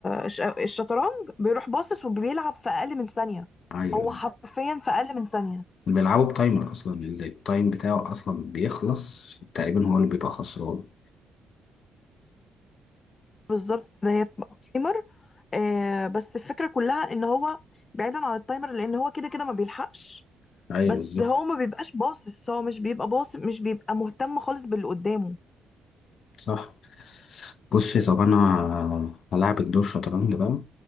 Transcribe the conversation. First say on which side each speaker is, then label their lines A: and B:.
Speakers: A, on the left; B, on the left.
A: الش- الشطرنج بيروح باصص وبيلعب في اقل من ثانيه
B: أيوه
A: هو حرفيا في اقل من ثانيه
B: بيلعبوا بتايمر اصلا اللي التايم بتاعه اصلا بيخلص تقريبا هو اللي بيبقى خسران
A: بالظبط ده هي بتبقى تايمر آه بس الفكره كلها ان هو بعيدا عن التايمر لان هو كده كده ما بيلحقش
B: ايوه
A: بس
B: بالظبط
A: هو ما بيبقاش باصص هو مش بيبقى باصص مش بيبقى مهتم خالص باللي قدامه
B: صح بصي طب انا هلعبك دور شطرنج بقى